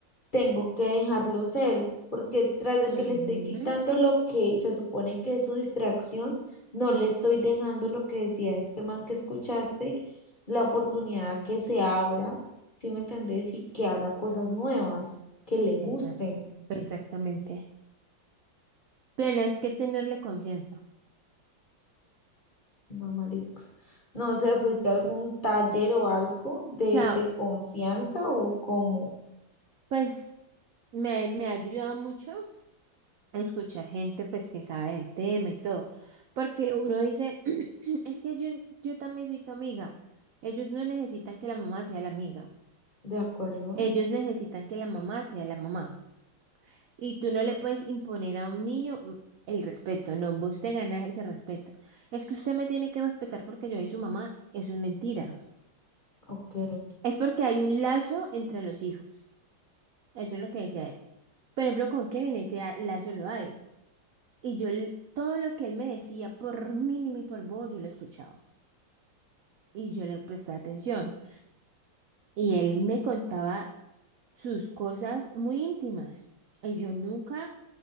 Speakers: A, on the left; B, on the right.
A: tengo que dejarlo ser, porque tras de que
B: Ujú.
A: le estoy quitando lo que se supone que es su distracción, no le estoy dejando lo que decía este man que escuchaste, la oportunidad que se abra, ¿sí me entendés? Y que haga cosas nuevas, que le gusten.
B: Exacto. Exactamente. Pero es que tenerle confianza.
A: No, mariscos. No sé, ¿fuiste a algún taller
B: O
A: o algo de,
B: sea,
A: de confianza o cómo?
B: pues me, me ha ayudado mucho a escuchar gente pues que sabe del tema y todo. Porque uno dice, <clears throat> es que yo, yo también soy tu amiga. Ellos no necesitan que la mamá sea la amiga.
A: ¿De acuerdo?
B: Ellos necesitan que la mamá sea la mamá. Y tú no le puedes imponer a un niño mm, el respeto, no, vos te ganas ese respeto. Es que usted me tiene que respetar porque yo soy su mamá, eso es mentira.
A: Ok.
B: Es porque hay un lazo entre los hijos, eso es lo que decía él. Por ejemplo, con Kevin ese a- lazo lo hay. Y yo l- todo lo que él me decía, por mínimo y por vos, yo lo escuchaba. Y yo le prestaba atención. Y él me contaba sus cosas muy íntimas. Y yo nunca,